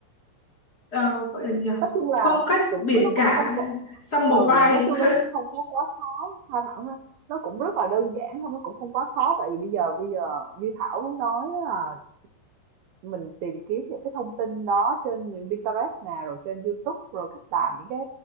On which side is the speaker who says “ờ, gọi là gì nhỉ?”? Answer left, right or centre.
Left